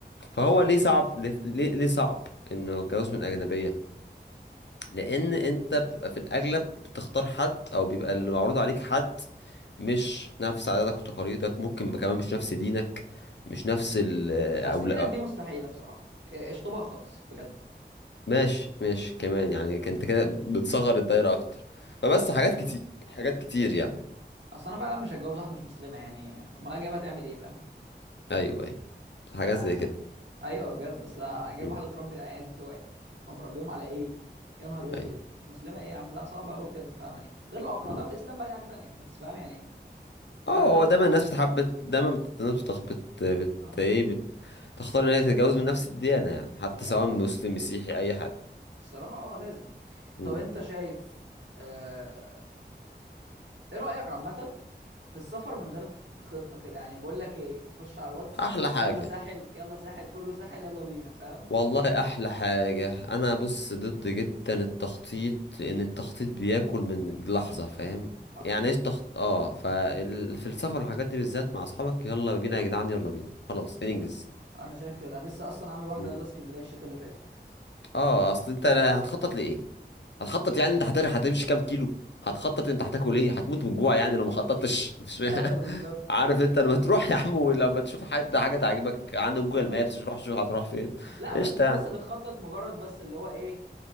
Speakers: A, on the right (about 85°); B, on the left (about 75°).
A: حصل
B: فهو ليه صعب ليه ليه ليه صعب إنه الجواز من أجنبية لأن أنت بتبقى في الأغلب بتختار حد أو بيبقى اللي معروض عليك حد مش نفس عاداتك وتقاليدك ممكن كمان مش نفس دينك مش نفس ال-
A: مش نفس
B: أو
A: دينك دي مستحيله بصراحه إيه، اشطبها خالص بجد
B: ماشي ماشي كمان يعني كنت كده بتصغر الدايرة أكتر فبس حاجات
A: اه
B: كتير حاجات كتير يعني
A: اصل انا فعلا مش هتجوز واحده مش مسلمه يعني امال أنا جايبها تعمل ايه فاهم
B: أيوه أيوه حاجات
A: يعني
B: زي كده
A: ايوه بجد اصل جايب
B: مم.
A: واحده تربي العيال بتوعي فهتربيهم على ايه يا نهار اسود
B: أيوه
A: مش مسلمه ايه يا عم لا صعبه قوي بجد فعلا يعني غير لو اقنعتها
B: مم.
A: بالاسلام بقى دي حاجه تانية بس فاهم يعني لا
B: أه
A: لا
B: هو
A: لا
B: دايما
A: لا
B: الناس
A: لا
B: بتحب دايما بت- الناس بتخ... بت... بت...
A: اه
B: إيه بت... تختار إن هي تتجوز من نفس الديانة يعني حتى
A: كده
B: سواء
A: كده
B: مسلم مسيحي أي حد
A: الصراحه اه لازم
B: مم.
A: طب انت شايف آه... ايه رايك عامه في السفر من غير ط- خطه كده يعني بقول لك ايه تخش على الواتس
B: أحلى حاجة
A: يلا ساحل يلا ساحل كله ساحل يلا بينا فاهم
B: والله احلى حاجة انا بص ضد جدا التخطيط لان التخطيط بياكل من لحظة فاهم
A: حصل
B: يعني
A: والله
B: ايش تخط اه ففي السفر والحاجات دي بالذات مع اصحابك يلا بينا يا جدعان يلا بينا خلاص ننجز
A: انا شايف كده انا لسه اصلا عامل واحده
B: مم.
A: يلا اسكندريه الشتا اللي فاتت
B: اه اصل انت لا- هتخطط لايه هتخطط يعني انت هتر... هتمشي كام كيلو هتخطط انت هتاكل ايه هتموت من الجوع يعني لو ما خططتش <laughs> مش
A: ايوه بالظبط
B: عارف انت لما تروح يا عم ولما تشوف حد حاجه تعجبك عندك جوجل
A: اه
B: مابس روح شوف هتروح فين
A: لا
B: قشطه
A: بس انت
B: يعني
A: بس بتخطط مجرد بس اللي هو ايه